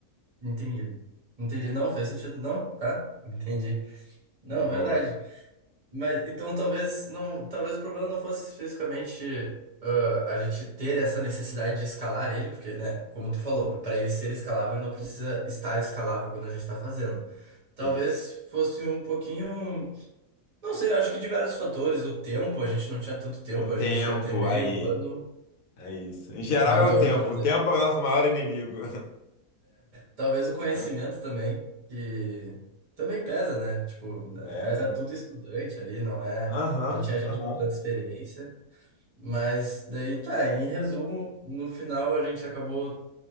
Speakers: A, on the right; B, on the left.
A: Entendi. Entendi. Não, fez sentido. Não, tá? <laughs> Entendi. Não,
B: Boa.
A: é verdade. Mas então talvez não, talvez o problema não fosse especificamente ah, a gente ter essa necessidade de escalar ele, porque, né, como tu falou, para ele ser escalável, ele não precisa estar escalável quando a gente tá fazendo. Talvez
B: Isso.
A: fosse um pouquinho. Não sei, acho que diversos fatores. O tempo, a gente não tinha tanto tempo,
B: O tempo,
A: a gente ia ter meio
B: aí.
A: ano,
B: É isso. Em geral
A: meio
B: é o tempo.
A: ano para fazer.
B: O tempo é o nosso maior inimigo. <laughs>
A: Talvez o conhecimento
B: É o tempo.
A: também, que também pesa, né? Tipo,
B: Pesa.
A: era tudo estudante ali, não é,
B: Aham,
A: não tinha gente
B: aham.
A: com tanta experiência. Mas daí tá, em resumo, no final a gente acabou